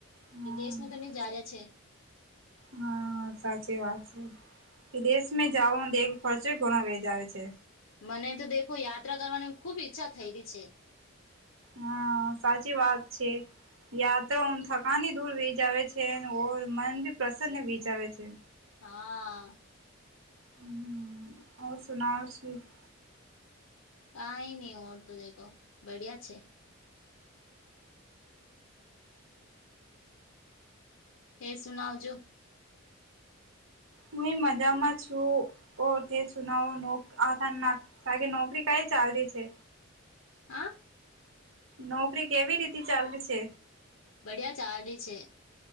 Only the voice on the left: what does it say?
વિદેશમાં તો ની જા રહ્યા છે.
મને તો દેખો યાત્રા કરવાની ખુબ ઈચ્છા થઈ રહી છે.
હા.
કઈ નહી ઓર તો દખો બઢિયા છે. એે સુનાવજો.
હા.
બઢિયા ચાલી છે.